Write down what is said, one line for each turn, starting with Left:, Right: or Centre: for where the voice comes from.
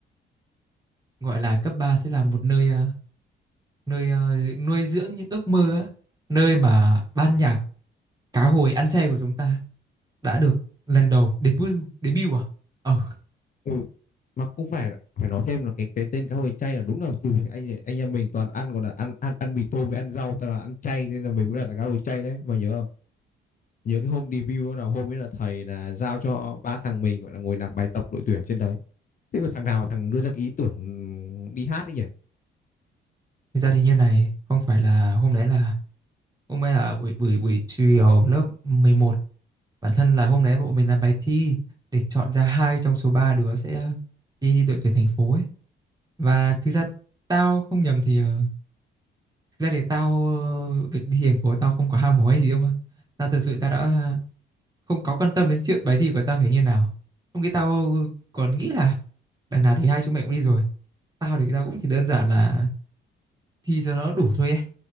Right: Gọi là cấp 3 sẽ là một nơi ờ, nơi ờ, nuôi dưỡng những ước mơ á, nơi mà ban nhạc cá hồi ăn chay của chúng ta đã được lần đầu debut debut à? Ờ,
Left: ừ mà cũng phải phải nói thêm là cái cái tên cá hồi chay là đúng là từ anh anh em mình toàn ăn còn là ăn ăn ăn mì tôm với ăn rau toàn là ăn chay nên là mình cũng là cá hồi chay đấy mày nhớ không nhớ cái hôm debut đó nào hôm ấy là thầy là giao cho ba thằng mình gọi là ngồi làm bài tập đội tuyển trên đấy thế mà thằng nào thằng đưa ra cái ý tưởng đi hát đấy nhỉ
Right: thực ra thì như này, không phải là hôm đấy là hôm nay là buổi buổi buổi chiều lớp 11. bản thân là hôm đấy bọn mình làm bài thi để chọn ra hai trong số ba đứa sẽ ờ, đi, đi đội tuyển thành phố ấy và thực ra tao không nhầm thì ờ, thực ra thì tao ờ, việc đi thành phố tao không có ham hố hay gì đâu mà tao thật sự tao đã không có quan tâm đến chuyện bài thi của tao phải như nào lúc kia tao còn nghĩ là đằng nào thì hai chúng mày cũng đi rồi tao thì tao cũng chỉ đơn giản là thi cho nó đủ thôi ấy